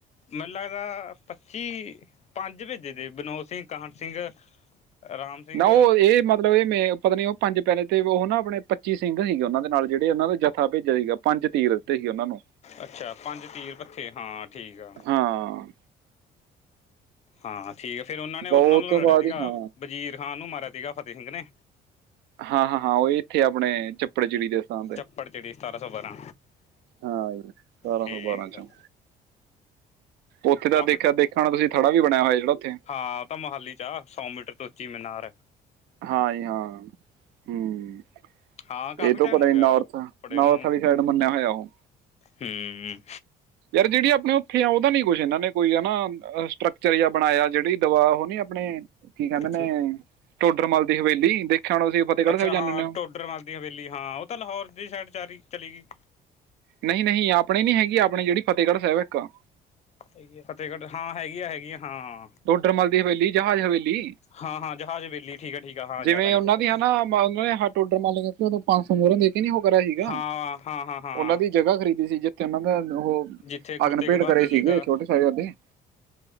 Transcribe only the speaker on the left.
ਮੈਨੂੰ ਲੱਗਦਾ ਪੱਚੀ ਪੰਜ ਪੇਜੇ ਦੇ ਵਿਨੋਦ ਸਿੰਘ, ਕਾਹਣ ਸਿੰਘ ਰਾਮ ਸਿੰਘ
ਅੱਛਾ ਪੰਜ ਤੀਰ ਭੱਥੇ ਹਾਂ ਠੀਕ ਆ
ਹਾਂ ਠੀਕ ਫੇਰ ਓਨਾਂ ਨੇ
ਓਨਾਂ ਨੂੰ
ਰਗੜਿਆ
ਸੀਗਾ,
ਵਜ਼ੀਰ ਖਾਨ ਨੂੰ ਮਾਰਿਆ ਸੀਗਾ ਫਤਿਹ ਸਿੰਘ ਨੇ।
ਚੱਪੜ ਚਿੜੀ ਸਤਾਰਾਂ ਸੌ ਬਾਰਾਂ
ਠੀਕ
ਆ
ਕਾਫੀ
ਹਾਂ। ਓ ਤਾਂ ਮੋਹਾਲੀ ਚ ਆ, ਸੌ ਮੀਟਰ ਤੋਂ ਉੱਚੀ ਮਿਨਾਰ
ਹਾਂ ਕਾਫੀ
ਟਾਈਮ
ਹੋ
ਗਿਆ
ਪੜੇ
ਨੂੰ
ਹੂੰ।
ਕਿੱਥੇ
ਅੱਛਾ
ਹਾਂ
ਟੋਡਰਮਲ ਹਵੇਲੀ ਹਾਂ, ਓ ਤਾਂ ਲਾਹੌਰ ਦੀ ਸਾਈਡ ਚਾਰੀ ਚਲੀਗੀ।
ਹੈ। ਫਤਿਹਗੜ੍ਹ ਹਾਂ, ਹੈਗੀਆਂ-ਹੈਗੀਆਂ ਹਾਂ।
ਹਾਂ ਹਾਂ ਜਹਾਜ਼ ਹਵੇਲੀ ਠੀਕ ਆ ਠੀਕ ਆ ਹਾਂ
ਯਾਦ ਆ ਗਈ
ਯਾਦ
ਆ ਗਈ
ਹਾਂ ਹਾਂ ਹਾਂ ਹਾਂ
ਜਿੱਥੇ ਗੁਰੂ
ਤੇਗ
ਬਹਾਦਰ
ਜੀ ਦਾ